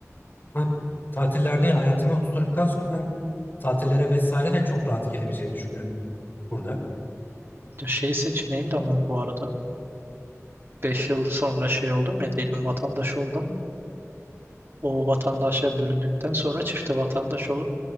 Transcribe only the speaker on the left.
Ama tatillerde hayatını oturduktan sonra ben tatillere vesaire de çok rahat gelebileceğini düşünüyorum burada.